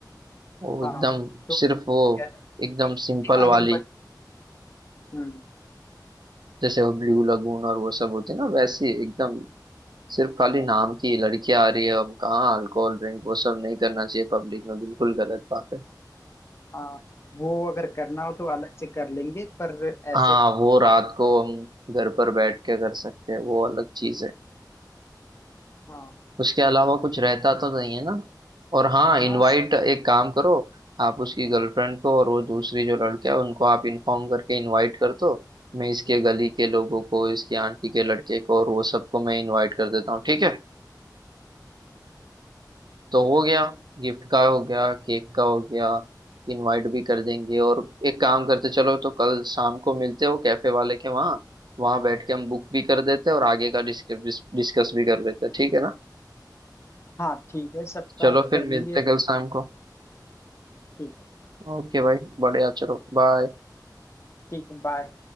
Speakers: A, on the right; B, on the left.
A: वो
B: हाँ
A: एकदम
B: तो
A: सिर्फ वो
B: क्या-
A: एकदम सिंपल
B: अगर
A: वाली
B: बट हम्म।
A: जैसे वो ब्लू लगून और वो सब होते हैं ना वैसी एकदम सिर्फ खाली नाम की लड़कियां आ रही है अब कहाँ अल्कोहल ड्रिंक वो सब नहीं करना चाहिए पब्लिक में बिल्कुल गलत बात है
B: हाँ वो अगर करना हो तो अलग से कर लेंगे पर ऐसे
A: हाँ वो रात को हम घर पर बैठ के कर सकते हैं वो अलग चीज है
B: हाँ
A: उसके अलावा कुछ रहता तो नहीं है ना और हाँ
B: हाँ
A: इनवाइट
B: स-
A: एक काम करो आप उसकी गर्लफ्रेंड को और वो दूसरी जो लड़का है उनको आप इन्फॉर्म करके इनवाइट कर दो मैं इसके गली के लोगों को इसकी आंटी के लड़के को और वो सबको मैं इनवाइट कर देता हूँ ठीक है तो हो गया गिफ्ट का हो गया केक का हो गया इनवाइट भी कर देंगे और एक काम करते चलो तो कल शाम को मिलते हो कैफे वाले के वहाँ वहाँ बैठ के हम बुक भी कर देते हैं और आगे का डिस्कस डिस्कस भी कर लेते हैं ठीक है ना
B: हाँ ठीक है सबका
A: चलो फिर
B: कर
A: मिलते
B: लेंगे
A: हैं कल शाम को
B: ठीक है
A: ओके भाई बढ़िया चलो बाय
B: ठीक है बाय